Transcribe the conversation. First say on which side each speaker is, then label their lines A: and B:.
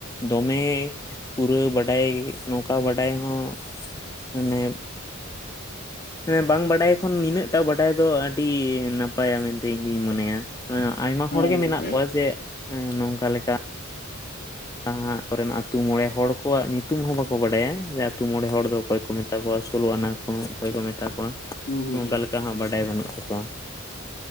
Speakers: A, on the left; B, on the left.
A: ᱫᱚᱢᱮ <inaudible> ᱯᱩᱨᱟᱹ ᱵᱟᱰᱟᱭ ᱜᱮ ᱱᱚᱝᱠᱟ ᱵᱟᱰᱟᱭ ᱦᱚᱸ ᱢᱟᱱᱮ ᱦᱮᱸ ᱵᱟᱝ ᱵᱟᱰᱟᱭ ᱠᱷᱚᱱ ᱱᱤᱱᱟᱹᱜᱴᱟᱜ ᱵᱟᱰᱟᱭ ᱫᱚ ᱟᱹᱰᱤ ᱱᱟᱯᱟᱭᱟ ᱢᱮᱱᱛᱮ ᱤᱧ ᱫᱩᱧ ᱢᱚᱱᱮᱭᱟ᱾ ᱦᱸ ᱟᱭᱢᱟ
B: ᱦᱮᱸ
A: ᱦᱚᱲᱜᱮ
B: ᱜᱚᱝᱠᱮ
A: ᱢᱮᱱᱟᱜ ᱠᱚᱣᱟ ᱡᱮ ᱱᱚᱝᱠᱟ ᱞᱮᱠᱟ᱾ ᱡᱟᱦᱟᱸ ᱠᱚᱨᱮᱱ-ᱟ ᱟᱹᱛᱩ ᱢᱚᱬᱮ ᱦᱚᱲ ᱠᱚᱣᱟᱜ ᱧᱩᱛᱩᱢ ᱦᱚᱸ ᱵᱟᱠᱚ ᱵᱟᱰᱟᱭᱟᱮ ᱡᱮ ᱟᱛᱳ ᱢᱚᱬᱮ ᱦᱚᱲ ᱫᱚ ᱚᱠᱚᱭ ᱠᱚ ᱢᱮᱛᱟ ᱠᱚᱣᱟ ᱥᱳᱞᱳ ᱟᱱᱟ <inaudible> ᱚᱠᱚᱭ ᱠᱚ ᱢᱮᱛᱟ ᱠᱚᱣᱟ
B: ᱦᱩᱸ ᱦᱩᱸ
A: ᱚᱱᱠᱟ
B: ᱦᱩᱸ
A: ᱞᱮᱠᱟ ᱦᱟᱸᱜ ᱵᱟᱰᱟᱭ ᱵᱟᱹᱱᱩᱜ ᱛᱟᱠᱚᱣᱟ